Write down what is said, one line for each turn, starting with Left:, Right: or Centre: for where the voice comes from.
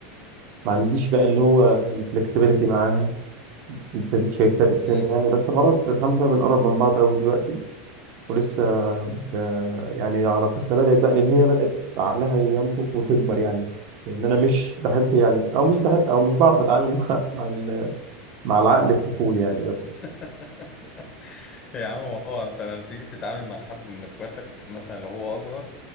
Right: ما عنديش بقى اللي هو الفلكسبيليتي معاها أنت أديك شايف فرق السن
Left: امم
Right: يعني بس خلاص الحمد لله بنقرب من بعض أوي دلوقتي ولسه ب... يعني علاقتنا بدأت بقى لأن هي بدأت عقلها ينضج وتكبر يعني لأن أنا مش بحب يعني أو مش بحب أو مش بعرف أتعامل <laughs> مع مع, ال... مع العقل الطفولي يعني بس
Left: <laughs> يا عم ما هو انت لما تيجي تتعامل مع حد من اخواتك مثلا لو هو اصغر